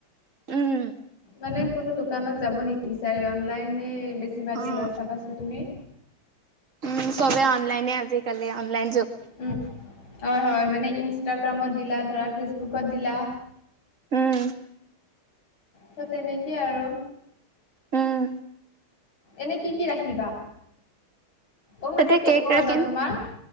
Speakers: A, on the right (about 40°); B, on the left (about 70°).
A: উম,
B: মানে কোনো দোকানত যাব নি বিচাৰি অনলাইনে বেছিভাগে
A: অ',
B: লয় চাবাচো তুমি।
A: উম চবে অনলাইনে আজিকালি অনলাইন যুগ।
B: উম হয় হয় মানে ইনষ্টাগ্ৰামত দিলা, ধৰা ফেচবুকত দিলা।
A: উম
B: ত' তেনেকেই আৰু।
A: উম,
B: এনে কি কি ৰাখিবা। অ
A: তাতে
B: মানে কেকৰ
A: কেক ৰাখিম
B: ন তোমাৰ